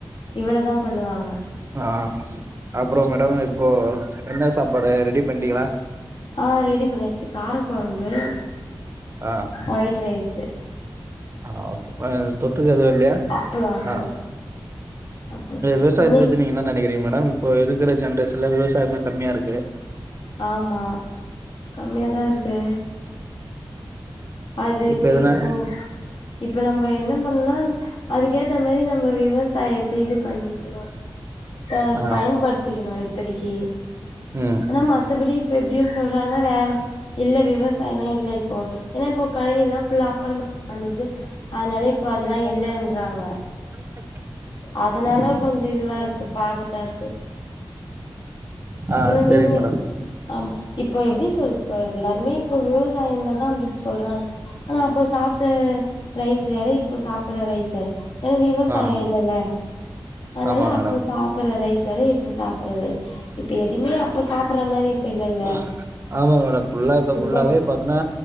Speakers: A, on the left; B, on the right.
A: இவ்ளதா பண்ணுவாங்க
B: ஆ அப்றோ மேடம் இப்போ என்ன சாப்பாடு ரெடி பண்டீங்ளா
A: ஆ ரெடி பண்ணியாச்சு கார கொழம்பு
B: ஆ
A: ஒயிட் ரைஸ் து
B: ஆ தொட்டுக்க எதுவு இல்லையா
A: அப்பளோ அப்பளோ
B: ஆ
A: அப்பளோ
B: விவசாயத்த
A: தண்ணி
B: பத்தி நீங்க என்ன நெனைக்கிறீர் மேடம் இப்போ இருக்ற ஜென்ரேஷன்ல விவசாயமே கம்மியா இருக்கு
A: ஆமா கம்மியாதா இருக்கு அதுக்கு
B: இப்ப எதுனா
A: இப்போ இப்ப நம்ம என்ன பண்ணா அதுக்கேத்த மாரி நம்ம விவசாயத்த இது பண்ணிகிறோ ப
B: ஆ
A: பயன்படுத்திக்கணு இப்பதைக்கு
B: ம்
A: ஆனா மத்தபடி இப்ப எப்டி சொல்றாங்க வேற இல்ல விவசாயலா இல்ல இப்போ ஏன்னா இப்போ கழனிலா புல்லா அப்பறமா வந்தது அதனால இப்ப அதெல்லா இல்ன்றாங்க
B: <unintelligible>
A: அதனால கொஞ்சோ இதுவா இருக்கு <unintelligible> இருக்கு
B: ஆ
A: அப்றோ
B: செரிங்க
A: நீங்க
B: மேடம்
A: ஆமா இப்போ எப்டி சொல்து பாரு எல்லாருமே இப்ப விவசாயம்ல தா அப்டி சொல்றாங்க ஆனா இப்ப சாப்ட்ட ரைஸ் வேற இப்ப சாப்ற ரைஸ் வேற ஏன்னா விவசாய
B: ஆ
A: இல்லல்ல அதனால
B: ஆமா மேடம்
A: அப்போ சாப்டுற ரைஸ் <unintelligible> இப்ப சாப்ற ரைஸ் இப்ப எதுவுமே அப்ப சாப்ற மாரி இப்ப இல்லல்ல
B: மா ஆமா மேடம் ஃபுல்லா இப்ப ஃபுல்லாவே
A: இப்போ
B: பாத்ன்னா